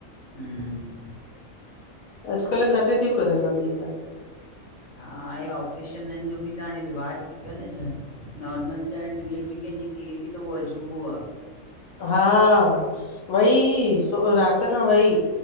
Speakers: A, on the left (about 25°); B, on the left (about 70°).
A: हम्म
B: अॼुकल्ह काथे तियूं करनि वधीक।
A: हा, आहे ऑपरेशननि जो बि त हाणे रिवाजु थी पियो न ॼण, नॉर्मल ॼणु डिलेवरी कंहिंजी थिए -ती त उहो अजूबो आ
B: हा, वई ही राति खां वई,